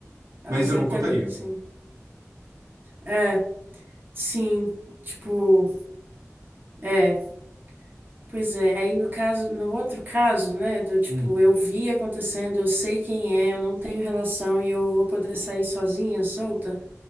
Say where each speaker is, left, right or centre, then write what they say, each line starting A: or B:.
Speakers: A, on the right; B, on the right.
A: Ela
B: Mas
A: sempre
B: eu não contaria.
A: tá ali, sim. É. Sim. Tipo, é. Pois é. Aí no caso, no outro caso, né, do tipo,
B: Hum,
A: eu vi acontecendo, eu sei quem é, eu não tenho relação e eu vou poder sair sozinha, solta.